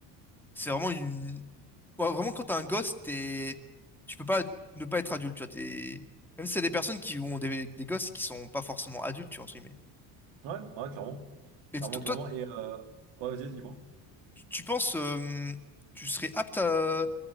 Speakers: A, in the centre; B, on the right.
A: c'est vraiment une, Ouais, vraiment, quand t'es un gosse, t'es... tu peux pas ne pas être adulte, tu vois. T'es... Même si c'est des personnes qui ont des, des gosses qui sont pas forcément adultes, tu vois, entre guillemets.
B: Ouais, ouais, clairement.
A: Mais
B: Clairement,
A: to-
B: clairement.
A: toi,
B: Et, euh, ouais, vas-y, vas-y, dis-moi.
A: tu tu penses, euh, tu serais apte à,